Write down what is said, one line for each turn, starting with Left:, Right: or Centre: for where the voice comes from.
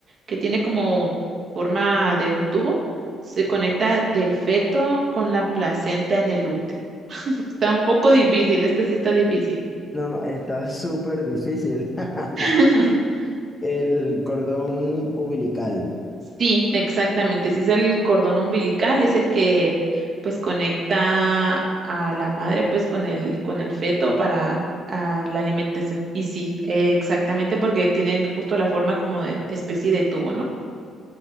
Right: que tiene como forma de un tubo se conecta del feto con la placenta en el útero. <laughs> Está un poco difícil, esta sí está difícil.
Left: No, está súper difícil. <laughs>
Right: <laughs>
Left: El cordón umbilical.
Right: Sí, exactamente. Si es el cordón umbilical, es el que pues conecta a la madre pues con el con el feto para ah, la alimentación. Y sí, eh, exactamente porque tienen justo la forma como de especie de tubo, ¿no?